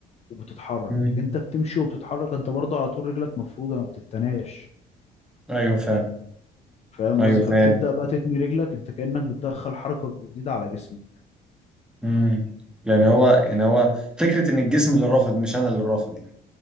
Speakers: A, on the left; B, in the centre.
A: وبتتحرك
B: مم.
A: انت بتمشي وبتتحرك انت برضه على طول رجلك مفروده ما بتتناش
B: ايوه فعلا
A: فاهم
B: ايوه
A: قصدي
B: فعلا
A: فبتبدا بقى تتني رجلك انت كانك بتدخل حركه جديده على جسمك
B: مم. يعني هو يعني هو فكره ان الجسم اللي رافض مش انا اللي رافض يعني